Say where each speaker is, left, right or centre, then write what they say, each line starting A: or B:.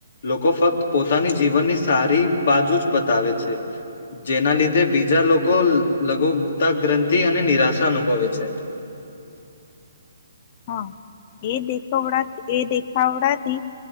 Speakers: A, on the left (about 60°); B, on the left (about 35°).
A: લોકો ફક્ત પોતાની જીવનની સારી બાજુ જ બતાવે છે, જેના લીધે તે બીજા લોકો લ લઘુતા ગ્રંથિ અને નિરાશા અનુભવે છે.
B: હા એ દેખવડા એ દેખાવડાથી